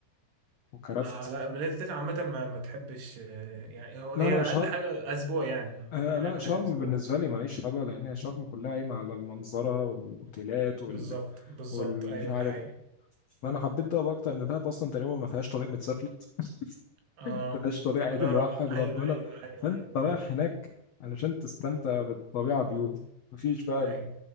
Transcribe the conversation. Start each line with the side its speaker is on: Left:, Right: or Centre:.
Left: وكرفت
Right: آه لا بلاد التلج عامة ما ما تحبش آه، يعني هو هي
Left: لا لا شر...
Right: أقل حاجة أسبوع يعني آه،
Left: آه،
Right: يعني
Left: لا
Right: أقل
Left: شرم
Right: حاجة أسبوع
Left: بالنسبة لي معيش حلوة لأن هي شرم كلها قايمة على المنظرة والأوتيلات وال...
Right: بالظبط بالظبط
Left: والمش
Right: ايوه
Left: عارف
Right: ده حقيقي
Left: فأنا حبيت دهب أكتر إن دهب أصلا تقريبا ما فيهاش طريق متسفلت
Right: اه
Left: ما فيهاش طريق
Right: كلها
Left: عدل يوحد ربنا
Right: ايوه ايوه ايوه
Left: فأنت
Right: ايوه
Left: رايح
Right: ايوه
Left: هناك علشان تستمتع بالطبيعة بيو مفيش بقى
Right: ايوه